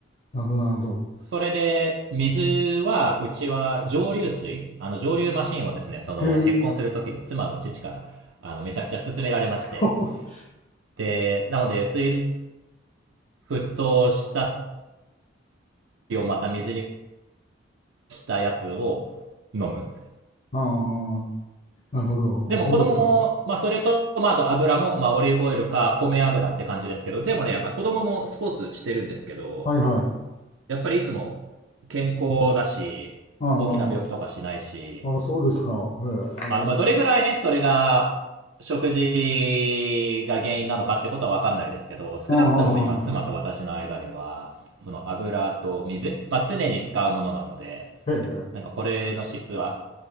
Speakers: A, on the left; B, on the right.
A: なるほど、なるほど。
B: それで、水は、うちは蒸留水、あの蒸留マシンをですね、その結婚するときに妻の父から、
A: へえ。
B: あの、めちゃくちゃ勧められまして。
A: <laughs>
B: で、なので、水、沸騰した水をまた水にしたやつを飲む。
A: ああ、なるほど。
B: でも子供も、
A: あ、そうですか。
B: まあそれと、まああと油も、まあオリーブオイルか米油って感じですけど、でもね、やっぱ子供もスポーツしてるんですけど、
A: はいはい。
B: やっぱりいつも健康だし、
A: あ
B: 大きな病気とかしないし、
A: あ、あ、そうですか。へえ。
B: あの、まあどれぐらいね、それが食事が原因なのかってことはわかんないですけど、少なくとも今妻と私の間では、
A: あ
B: その油と水、まあ常に使うものなので、
A: あ、へえ。
B: なんかこれの質は